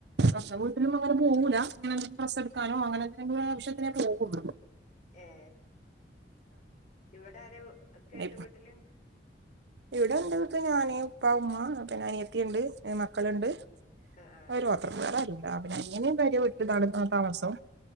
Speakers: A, on the right; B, on the left.
A: സ്വന്തം വീട്ടിലും അങ്ങനെ പോവൂല അങ്ങനെ ട്രസ്സ് എടുക്കാനോ അങ്ങനെ എന്തെങ്കിലും ആവശ്യത്തിനെ പോവുള്ളു
B: ഏ ഇവിടെ ആര ക്കെ
A: പിന്നെ
B: ഉണ്ട് വീട്ടില്.
A: ഇവിടെ എന്റെ വീട്ടിൽ ഞാന് ഉപ്പ ഉമ്മ പിന്നെ അനിയത്തിണ്ട് മക്കള്ണ്ട്.
B: ആ ആ
A: ഒരു <unintelligible> ആരുല്ലാ പിന്നെ അനിയന് ഭാര്യവിട്ടിലാണ് താമസം